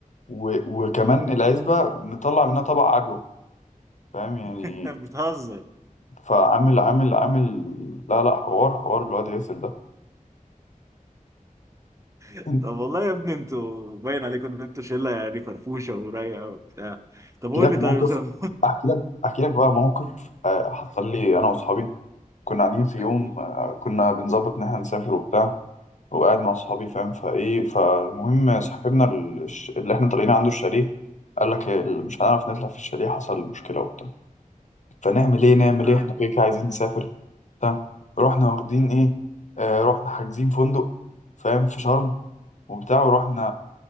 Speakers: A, on the left; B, on the right.
A: و- وكمان العزبه مطلع منها طبق عجوه فاهم يعني
B: <laughs> بتهزر
A: فعامل عامل عامل لا لا حوار حوار الواد ياسر ده
B: طب
A: احكي
B: والله يا ابني انتوا باين عليكم ان انتوا شله يعني فرفوشه ورايقه وبتاع طب قول
A: لك
B: لي
A: موقف
B: طيب <laughs> طب
A: احكي لك احكي لك بقى موقف آه، حصل لي انا واصحابي كنا قاعدين في يوم
B: احكي لي.
A: آه، كنا بنظبط ان احنا نسافر وبتاع وقاعد مع اصحابي فاهم فايه فالمهم صاحبنا ال- الش- اللي احنا طالعين عنده الشاليه قال لك ال- مش هنعرف نطلع في الشاليه حصل مشكلة وبتاع فنعمل ايه نعمل
B: مم.
A: ايه احنا كده كده عايزين نسافر بتاع رحنا واخدين ايه آه، رحنا حاجزين فندق فاهم في شرم وبتاع ورحنا